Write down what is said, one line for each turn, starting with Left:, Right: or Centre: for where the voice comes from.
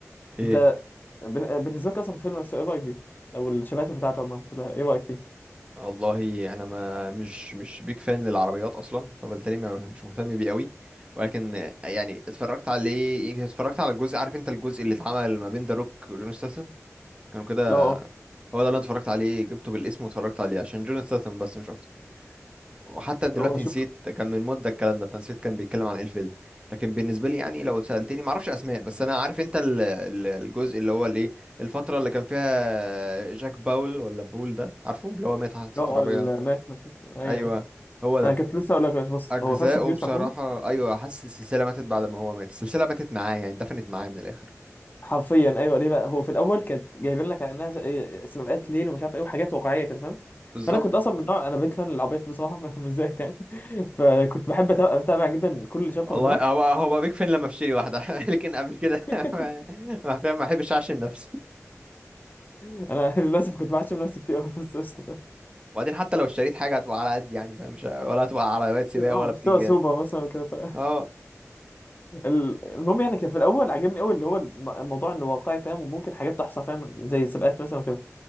Right: ايه
Left: انت بن- بالنسبه لك اصلا الفيلم نفسه ايه رايك بيه او الشباتر بتاعته عموما كلها ايه رايك فيه
Right: والله انا ما مش مش بيك فان للعربيات اصلا فبالتالي ما مش مهتم بيه قوي ولكن يعني اتفرجت عليه يمكن اتفرجت على الجزء عارف انت الجزء اللي اتعمل ما بين ذا روك وجون ستاثام كانوا كده
Left: اه
Right: هو ده اللي انا اتفرجت عليه جبته بالاسم واتفرجت عليه عشان جون ستاثام بس مش اكتر وحتى دلوقتي
Left: اه هو شوف
Right: نسيت كان من مدة الكلام ده فنسيت كان بيتكلم عن ايه الفيلم لكن بالنسبة لي يعني لو سألتني معرفش أسماء بس أنا عارف أنت ال- ال- الجزء اللي هو الإيه الفترة اللي كان فيها جاك باول ولا بول ده عارفه اللي هو مات حادثة
Left: اه
Right: عربية
Left: المات ايوه
Right: أيوه
Left: ايوه
Right: هو ده
Left: انا كنت لسه هقول لك بص
Right: أجزاؤه
Left: هو فاست اند
Right: بصراحة
Left: فيوريوس
Right: أيوه حاسس السلسلة ماتت بعد ما هو مات السلسلة ماتت معاه يعني دفنت معاه من الآخر
Left: حرفيا ايوه ليه بقى هو في الاول كانت جايبين لك على انها س- إيه، سباقات ليل ومش عارف ايه وحاجات واقعيه كده فاهم
Right: بالظبط
Left: فانا كنت اصلا من نوع انا بيج فان للعربيات بصراحه <laughs> مش زيك يعني <laughs> فكنت بحب أتابع, اتابع جدا كل شابتر
Right: والله
Left: منهم
Right: هو هو بقى بيك فين لما اشتري واحدة <laughs> لكن قبل كده
Left: <laughs>
Right: <laughs> ما ما ما أحبش أعشم نفسي
Left: انا للاسف كنت بعشم نفسي كتير أوي، بس قشطه
Right: وبعدين حتى لو اشتريت حاجه هتبقى على قد يعني فاهم مش ولا هتبقى عربيات سباق
Left: اه
Right: ولا
Left: مستوى
Right: بتنجان
Left: سوبر مثلا كده ف...
Right: اه
Left: <laughs> ال- المهم يعني كان في الاول عجبني قوي اللي هو الم- الموضوع انه واقعي فاهم وممكن حاجات تحصل فاهم زي السباقات مثلا وكده